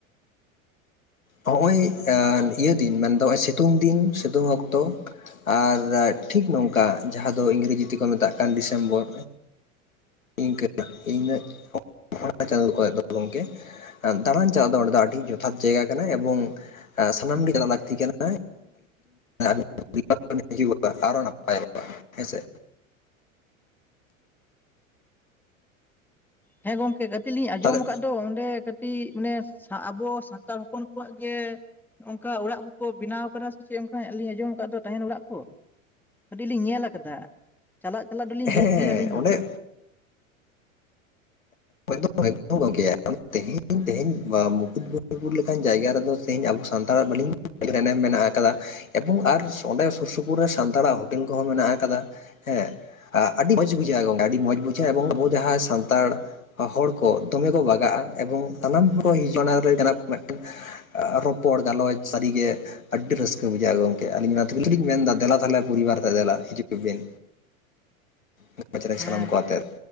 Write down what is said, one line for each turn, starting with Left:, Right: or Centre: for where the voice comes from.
Left: ᱱᱚᱜᱼᱚᱭ ᱟ ᱤᱭᱟᱹ ᱫᱤᱱ ᱢᱮᱱᱫᱚ ᱱᱚᱜᱼᱚᱭ ᱥᱤᱛᱩᱝ ᱫᱤᱱ ᱥᱤᱛᱩᱝ ᱚᱠᱛᱚ ᱟᱨ ᱴᱷᱤᱠ ᱱᱚᱝᱠᱟ ᱡᱟᱦᱟᱸ ᱫᱚ ᱤᱝᱨᱮᱡᱤ ᱛᱮᱠᱚ ᱢᱮᱛᱟᱜ ᱠᱟᱱ ᱫᱤᱥᱮᱢᱵᱚᱨ ᱤᱱᱠᱟᱹ ᱤᱱᱟᱜ <unintelligible> ᱚᱱᱟ ᱪᱮᱱᱟᱞ <unintelligible> ᱠᱚᱨᱮ ᱠᱚ ᱜᱚᱝᱠᱮ ᱟᱸ ᱫᱟᱬᱟᱱ ᱪᱟᱞᱟᱜ ᱫᱚ ᱚᱸᱰᱮ ᱫᱚ ᱟᱹᱰᱤ ᱡᱚᱛᱷᱟᱛ ᱡᱟᱭᱜᱟ ᱠᱟᱱᱟ ᱮᱵᱚᱝ ᱥᱟᱱᱟᱢ ᱜᱮ ᱪᱟᱞᱟᱜ ᱞᱟᱹᱠᱛᱤ ᱠᱟᱱᱟ᱾ <unintelligible> <unintelligible> ᱟᱨᱚ ᱱᱟᱯᱭᱚ-ᱟ ᱦᱮᱸᱥᱮ
Centre: ᱦᱮᱸ ᱜᱚᱝᱠᱮ ᱠᱟᱹᱴᱤᱡ ᱞᱤᱧ ᱟᱸᱚᱢ
Left: ᱛᱟᱦᱚᱞᱮ
Centre: ᱠᱟᱫ ᱫᱚ ᱚᱸᱰᱮ ᱠᱟᱹᱴᱤᱡ ᱢᱟᱱᱮ ᱥᱟ ᱟᱵᱚ ᱥᱟᱱᱛᱟᱲᱸ ᱦᱚᱸᱯᱚᱱ ᱠᱚᱣᱟ-ᱜ ᱜᱮ ᱚᱱᱠᱟ ᱚᱲᱟᱜ ᱠᱚᱼᱠᱚ ᱵᱮᱱᱟᱣ ᱠᱟᱱᱟ᱾ ᱥᱮ ᱪᱮᱫ ᱚᱱᱠᱟ ᱞᱤᱧ ᱟᱸᱡᱚᱢ ᱠᱟᱫ ᱫᱚᱸ ᱛᱟᱦᱮᱱ ᱚᱲᱟᱜ ᱠᱚ᱾ ᱠᱟᱹᱴᱤᱡ ᱞᱤᱧ ᱧᱮᱞ ᱠᱟᱫᱟ᱾ ᱪᱟᱞᱟᱜ - ᱪᱟᱞᱟᱜ ᱫᱚᱞᱤᱧ
Left: ᱦᱮᱸ
Centre: ᱞᱮᱭᱮᱫ ᱜᱮᱭᱟ᱾ ᱞᱤᱧ ᱦᱚᱸ
Left: ᱚᱸᱰᱮ ᱮᱠᱫᱚᱢ - ᱮᱠᱫᱚᱢ ᱜᱚᱝᱠᱮ ᱛᱮᱦᱮᱧ, ᱛᱮᱦᱮᱧ ᱢᱩᱠᱩᱴᱢᱩᱱᱤᱯᱩᱨ ᱞᱮᱠᱟᱱ ᱡᱟᱭᱜᱼᱟ ᱾ ᱨᱮᱫᱚ ᱛᱮᱦᱧᱸ ᱟᱵᱚ ᱥᱟᱱᱛᱟᱲᱟ-ᱜ ᱵᱟᱹᱞᱤᱧ ᱮᱱᱮᱢ ᱢᱮᱱᱟ-ᱜ ᱠᱟᱫᱟ᱾ ᱮᱵᱚᱝ ᱟᱨ ᱚᱸᱰᱮ ᱥᱳᱨ ᱥᱳᱯᱳᱨ ᱨᱮ, ᱥᱟᱱᱛᱟᱲᱟ-ᱜ ᱦᱳᱴᱮᱞ ᱠᱚᱼᱦᱚᱸ ᱢᱮᱱᱟ-ᱜ ᱠᱟᱫᱟ᱾ ᱦᱮᱸ ᱟᱹᱰᱤ ᱢᱚᱸᱡᱷᱽ ᱵᱩᱡᱷᱟᱹᱜᱼᱟ᱾ ᱜᱚᱝᱮ ᱟᱹᱰᱚ ᱢᱚᱸᱡᱽᱷ ᱵᱩᱡᱷᱟᱹᱜᱼᱟ᱾ ᱮᱚᱝ ᱟᱵᱚ ᱡᱟᱦᱟᱸ ᱥᱟᱱ ᱥᱟᱱᱛᱟᱲ ᱦᱚᱲ ᱠᱚᱸ ᱫᱚᱢᱮᱸ ᱠᱚ ᱵᱟᱜᱟᱜᱼᱟ᱾ ᱮᱵᱚᱝ ᱥᱟᱱᱟᱢ ᱦᱚᱲ ᱦᱚ ᱚᱱᱟ ᱠᱟᱱᱟ ᱢᱤᱫᱴᱮᱱ ᱨᱚᱯᱚᱲ ᱜᱟᱞᱚᱪ ᱥᱟᱹᱨᱤᱜᱮ ᱟᱹᱰᱤ ᱨᱟᱹᱥᱠᱟᱹ ᱵᱩᱡᱷᱟᱹᱜᱼᱟ ᱜᱚᱝᱠᱮ᱾ ᱟᱹᱞᱤᱧ ᱢᱟ ᱛᱷᱩᱞ ᱛᱷᱩᱞᱤᱧ ᱢᱮᱱᱫᱟ᱾ ᱫᱮᱞᱟ ᱛᱟᱦᱚᱞᱮ ᱯᱚᱨᱤᱵᱟᱨ ᱛᱮ ᱫᱮᱞᱟ᱾ ᱦᱤᱡᱩᱜ ᱵᱤᱱ᱾ <unintelligible>
Centre: ᱦᱮᱸ
Left: ᱥᱟᱱᱟᱢ ᱠᱚᱣᱟᱛᱮ᱾